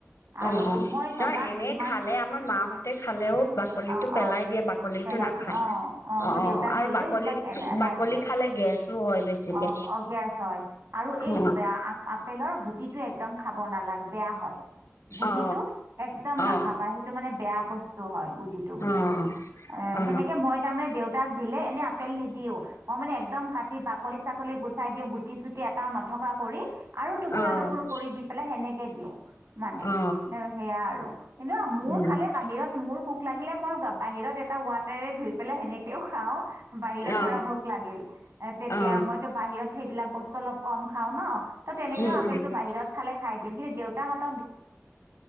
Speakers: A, on the right; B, on the left.
A: আৰু
B: অহ অহ
A: মই জনাত
B: নহয় এনেই
A: যিমান
B: খালে আমাৰ মাহঁতে খালেও বাকলিটো
A: অ
B: পেলাই
A: অ
B: দিয়ে বাকলি।
A: পেলাই
B: নাখায়
A: দিওঁ অ অ মই
B: অহ
A: দেউতাক
B: অহ আৰু
A: দিলো
B: বাকলি
A: সেইবিলাক এ এলাই
B: বাকলি
A: দিওঁ
B: খালে গেছো হয় বেছিকে।
A: অ অ গেছ হয় আৰু এই
B: অ
A: বেয়া আ আপেলৰ গুটিটো একদম খাব নালাগে বেয়া হয়। গুটিটো
B: অ
A: একদম নাখাবা
B: অ
A: সেইটো মানে বেয়া বস্তু হয় গুটিটো বোলে।
B: অ
A: অহ
B: অ
A: সেনেকে মই তাৰমানে দেউতাক দিলে। এনে আপেল নিদিও মই মানে একদম কাটি বাকলি চাকলি গুচাই দিওঁ গো গুটি চুটি এটাও নথকা কৰি আৰু টুকুৰা
B: অ
A: টুকুৰ কৰি দি পেলাই সেনেকে দিওঁ। মানে
B: অ অ
A: সেয়া আৰু কিন্তু মোৰ
B: উম
A: খালে বাহিৰত মোৰ পোক লাগে। থাকিলে মইয়ো খাম বাহিৰত এটা ৱাটাৰে ধুই পেলাই সেনেকেও খাওঁ। বাহিৰত
B: অ
A: ধৰা ভোক লাগিল এ তেতিয়া
B: অ
A: মইতো বাহিৰত সেইবিলাক বস্তু অলপ কম খাওঁ ন। তো' তেনেকেও
B: উম
A: আপেলটো
B: উম
A: বাহিৰত খালে খাই দিওঁ কিন্তু দেউতাহত।